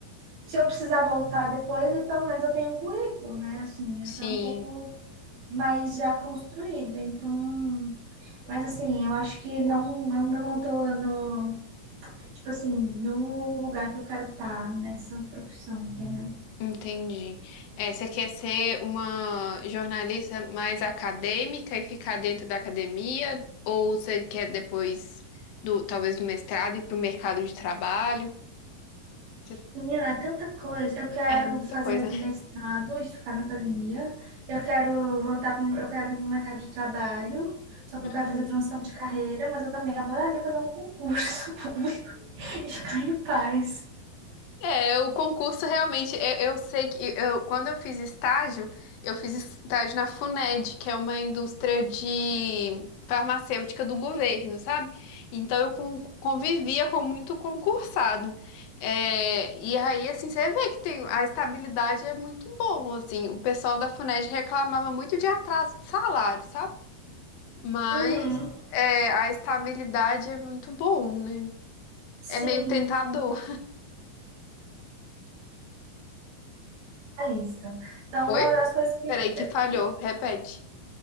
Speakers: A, on the right (about 85°); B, on the left (about 80°).
A: Se eu precisar voltar depois, e pelo menos eu tenho um currículo, né? Assim,
B: Sim,
A: até um pouco mais já construído. Então, mas assim, eu acho que não, eu ainda não tô no, tipo assim, no lugar que eu quero estar nessa profissão, entendeu?
B: entendi. É, você quer ser uma jornalista mais acadêmica e ficar dentro da academia? Ou você quer depois do, talvez do mestrado ir para o mercado de trabalho? Você-
A: Menina, é tanta coisa. Eu quero
B: É muita
A: fazer
B: coisa.
A: mestrado e ficar na academia. Eu quero voltar, pro- eu quero ir para o mercado de trabalho. Só que
B: Uhum.
A: eu quero fazer transição de carreira, mas eu também adoraria fazer um concurso <laughs> público e ficar em paz.
B: É, o concurso realmente, eu, eu sei que eu, quando eu fiz estágio, eu fiz estágio na Funed, que é uma indústria de farmacêutica do governo, sabe? Então eu con- convivia com muito concursado. É, e aí, assim, você vê que tem, a estabilidade é muito bom, assim. O pessoal da Funed reclamava muito de atraso de salário, sabe? Mas
A: Uhum.
B: é, a estabilidade é muito bom, né? É
A: Sim,
B: meio tentador.
A: a lista. Então,
B: Oi?
A: uma das coisas que,
B: Peraí, que falhou.
A: o que
B: Repete.